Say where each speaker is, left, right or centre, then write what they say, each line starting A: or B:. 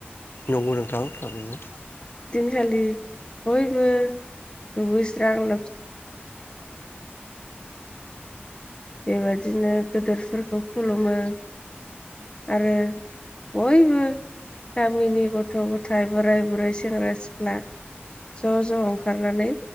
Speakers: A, on the left; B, on the left.
A: नंगौ नोंथां थारैनो।
B: खालि बयबो दुगैस्रां बेबायदिनो गोदोरफोरखौ खुलुमो आरो बयबो गामिनि गथ'-गथाय, बोराय-बुरै, सेंग्रा-सिख्ला ज' ज' ओंखारनानै